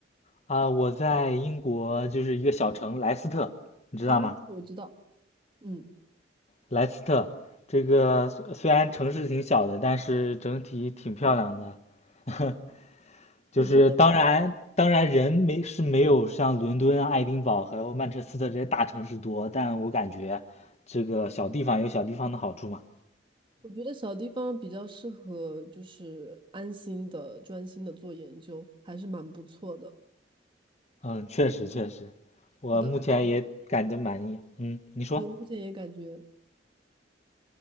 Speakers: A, on the left; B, on the right.
A: 啊，我在英国就是一个小城莱斯特，你知道吗？
B: 啊？我知道，嗯，
A: 莱斯特这个虽虽然城市挺小的，但是整体挺漂亮的。<laughs> 就是当然，
B: 我觉得
A: 当然人没是没有像伦敦啊爱丁堡还有曼彻斯特这些大城市多，但我感觉这个小地方有小地方的好处嘛。
B: 我觉得小地方比较适合，就是安心的、专心的做研究，还是蛮不错的。
A: 嗯，确实确实，我目前也感觉满意。
B: 我当时在爱，
A: 嗯，你说，
B: 你目前也感觉，